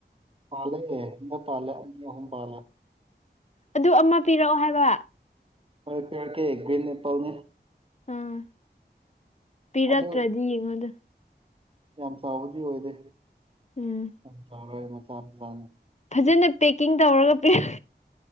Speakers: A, on the right; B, on the left.
A: ꯄꯥꯜꯂꯦ ꯑꯃ ꯄꯥꯜꯂꯦ ꯑꯅꯤ ꯑꯍꯨꯝ ꯄꯥꯜꯂꯦ
B: ꯑꯗꯨ ꯑꯃ ꯄꯤꯔꯛꯑꯣ ꯍꯥꯏꯕ
A: ꯍꯣꯏ ꯄꯤꯔꯛꯀꯦ ꯒ꯭ꯔꯤꯟ ꯑꯦꯄꯜꯅꯦ
B: ꯑꯥ ꯄꯤꯔꯛꯇ꯭ꯔꯗꯤ
A: ꯑꯗꯣ
B: ꯌꯦꯡꯉꯣꯗꯨ
A: ꯌꯥꯝ ꯆꯥꯎꯕꯗꯤ ꯑꯣꯏꯗꯦ
B: ꯎꯝ
A: ꯌꯥꯝ ꯆꯥꯎꯔꯣꯏ ꯃꯆꯥ ꯃꯆꯥꯅꯦ
B: ꯐꯖꯅ ꯄꯦꯛꯀꯤꯡ ꯇꯧꯔꯒ ꯄꯤꯔꯛ